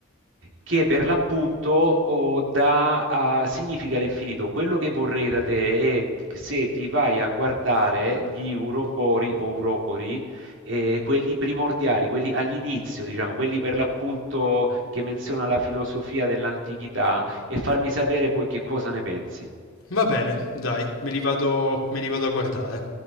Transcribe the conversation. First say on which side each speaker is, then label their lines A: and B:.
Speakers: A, on the right; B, on the left.
A: che per l'appunto oh, dà, ah, significa l'infinito. Quello che vorrei da te è d- se ti vai a guardare gli urobori o urobori, eh, quelli primordiali, quelli all'inizio, diciamo, quelli per l'appunto che menziona la filosofia dell'antichità, e farmi sapere poi che cosa ne pensi.
B: Va bene, dai, me li vado, me li vado a guardare.